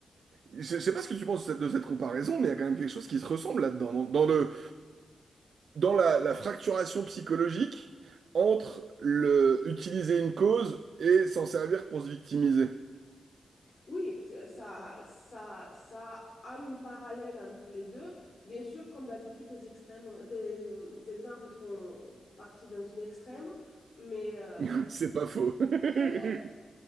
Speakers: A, on the right; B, on the left.
A: Je, je sais pas ce que tu penses de cette, de cette comparaison, mais il y a quand même quelque chose qui se ressemble là-dedans, dans, dans le, dans la, la fracturation psychologique entre le utiliser une cause et s'en servir pour se victimiser.
B: Oui, c'est- ça, ça, ça a une parallèle entre les deux. Bien sûr, comme d'habitude, tes extrêmes, tes, euh, tes exemples sont partis dans une extrême, mais euh,
A: <laughs> C'est pas faux. <laughs>
B: <laughs>